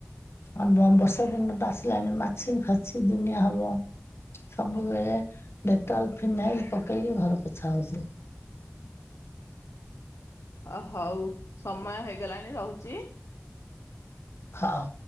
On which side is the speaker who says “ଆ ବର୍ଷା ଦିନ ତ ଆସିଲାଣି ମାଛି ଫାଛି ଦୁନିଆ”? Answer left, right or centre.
Left